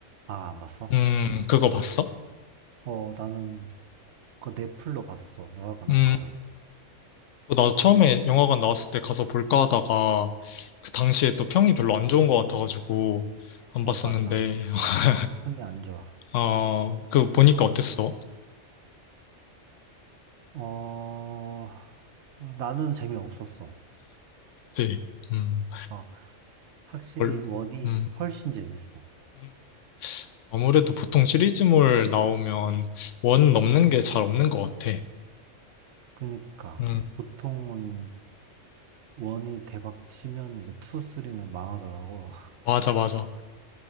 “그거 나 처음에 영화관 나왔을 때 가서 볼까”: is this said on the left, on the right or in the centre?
Left